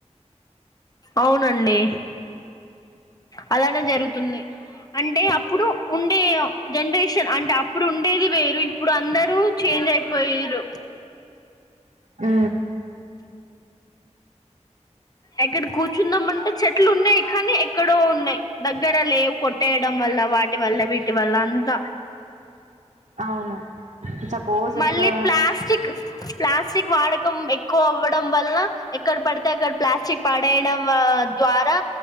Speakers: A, on the left; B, on the right.
A: అవునండి. అలానే జరుగుతుంది. అంటే అప్పుడు ఉండే జనరేషన్ అంటే అప్పుడు ఉండేది వేరు ఇప్పుడు అందరూ చేంజ్ అయిపోయ్యిరు.
B: ఊ
A: ఎక్కడ కూర్చున్నాాం అంటే చెట్లు ఉన్నాయి కానీ ఎక్కడో ఉన్నాయి దగ్గర లేవు కొట్టేయడం వల్ల వాటి వల్ల వీటి వల్ల అంత
B: అవును సపోజ్
A: మళ్ళీ
B: ఒక
A: ప్లాస్టిక్ ప్లాస్టిక్ వాడకం ఎక్కువ అవ్వడం వల్ల ఎక్కడ పడితే అక్కడ చి పడేయడం ద్వారా